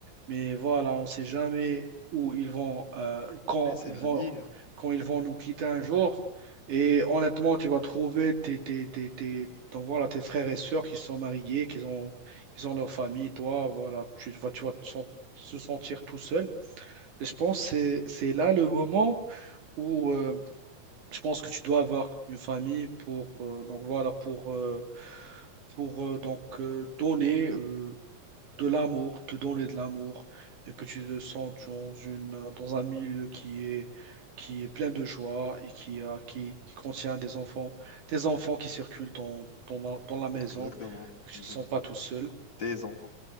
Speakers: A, on the right (about 80°); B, on the left (about 40°).
A: Mais voilà, on ne sait jamais où ils vont, euh, quand
B: Mais c'est
A: ils
B: la
A: vont,
B: vie. hein.
A: quand ils vont nous quitter un jour. Et honnêtement, tu vas trouver tes, tes, tes, tes, ton- voilà, tes frères et sœurs qui sont mariés, qui ont, ils ont leur famille. Toi, voilà, tu vas, tu vas te sen- se sentir tout seul. Et je pense que c'est c'est là le moment où. euh, je pense que tu dois avoir une famille pour euh, donc voilà pour euh, pour euh, donc euh, donner euh, de l'amour, te donner de l'amour et que tu te sens dans une euh, dans un milieu qui est qui est plein de joie et qui a qui, qui contient des enfants, des enfants qui circulent dans dans, la dans la maison,
B: Exactement,
A: que tu
B: exactement.
A: te sens pas tout seul.
B: Tes enfants,